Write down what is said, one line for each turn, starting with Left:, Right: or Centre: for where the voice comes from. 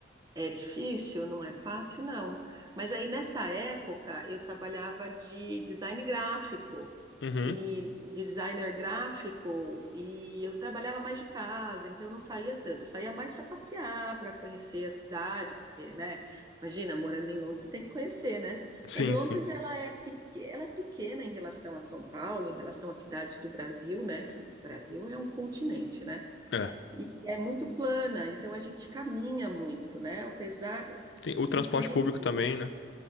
Right: É difícil, não é fácil, não. Mas aí nessa época eu trabalhava de design gráfico
Left: Uhum.
Right: e designer gráfico e eu trabalhava mais de casa, então eu não saía tanto. Eu saía mais para passear, para conhecer a cidade, porque, né? Imagina, morando em Londres, você tem que conhecer, né?
Left: Sim,
Right: Mas Londres
Left: sim.
Right: ela é, peque- ela é pequena em relação a São Paulo, em relação às cidades do Brasil, né? Que o Brasil é um continente, né?
Left: É.
Right: E é muito plana, então a gente caminha muito, né? Apesar
Left: Tem o transporte
Right: do clima
Left: público
Right: horroroso,
Left: também, né?